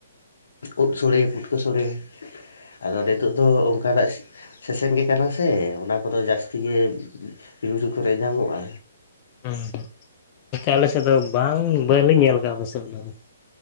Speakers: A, on the left (about 85°); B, on the left (about 25°).
A: ᱯᱩᱴᱠᱟᱹ ᱩᱫ ᱥᱳᱲᱮ ᱯᱩᱴ ᱛᱩ ᱥᱳᱲᱮ ᱟᱫᱚ ᱱᱤᱛᱳ ᱫᱚ ᱚᱱᱠᱟᱱᱟᱜ ᱥᱮᱥᱝ ᱜᱮ ᱠᱟᱱᱟ ᱥᱮ ᱚᱱᱟ ᱠᱚᱫᱚ ᱡᱟᱹᱥᱛᱤ ᱜᱮ ᱵᱤᱨ ᱵᱩᱨᱩ ᱠᱚᱨᱮ ᱧᱟᱢᱚᱜᱼᱟ᱾
B: ᱦᱩᱸ <unintelligible> ᱟᱞᱮᱥᱮᱫ ᱫᱚ ᱵᱟᱝ ᱵᱟᱹᱞᱤᱧ ᱧᱮᱞ ᱟᱠᱟᱼᱟ ᱯᱟᱥᱮ ᱩᱱᱟᱹᱜ ᱫᱚ ᱾